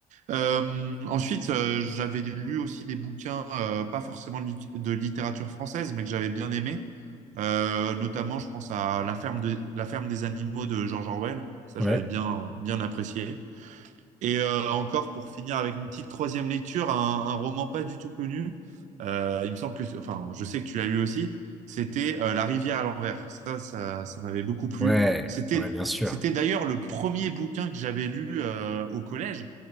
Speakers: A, on the right; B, in the centre.
A: Euh, ensuite, euh, j'avais lu aussi des bouquins, euh, pas forcément de, lit- de littérature française, mais que j'avais bien aimé. Euh, notamment, je pense à La ferme, de- La ferme des animaux de George Orwell. Ça,
B: Ouais,
A: j'avais bien, bien apprécié. Et euh, encore, pour finir avec une petite troisième lecture, un, un roman pas du tout connu. Euh, il me semble que, enfin, je sais que tu l'as lu aussi. C'était euh, La rivière à l'envers. Ça, ça, ça m'avait beaucoup plu.
B: ouais,
A: C'était,
B: ouais, bien sûr.
A: c'était d'ailleurs le premier bouquin que j'avais lu euh, au collège.